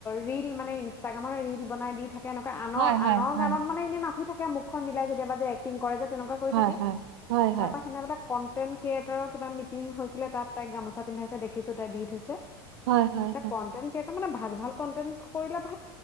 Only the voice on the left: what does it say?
ৰিল মানে ইনষ্টাগ্ৰামৰ ৰিল বনাই দি থাক কেনেকুৱা আনৰ-আনৰ
গানত মানে এনেই নাচি থাকে। মুখখন মিলাই কেতিয়াবা যে এক্টিং কৰে যে। তেনেকুৱা কৰি
থাকে
তাৰ পৰা <unintelligible> কন। কণ্টেণ্ট ক্ৰিয়েটৰৰ কিবা মিটিং হৈছিলে তাত তাইক গামোচা পিন্ধাইছে দেখিছোঁ তাই দি থৈছে।
এতিয়া কন্টেন্ট ক্ৰিয়েটৰ মানে ভাল-ভাল কণ্টেন্ট কৰিলে ভা